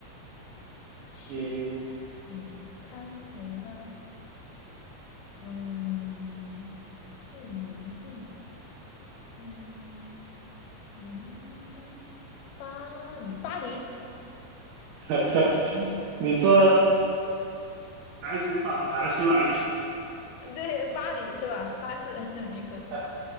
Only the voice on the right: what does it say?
你
<laughs> 你这排除法排出来了，
<laughs>